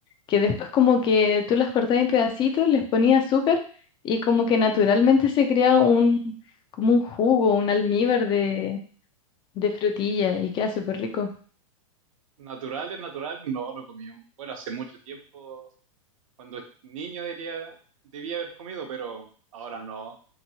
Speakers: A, on the left; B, on the right.
A: que después como que tú las cortabas en pedacitos, les ponías azúcar y como que naturalmente se crea un, como un jugo, un almíbar de, de frutilla y queda súper rico.
B: Naturales, naturales, no, no comí. Bueno, hace mucho tiempo, cuando niño diría, debía haber comido, pero ahora no.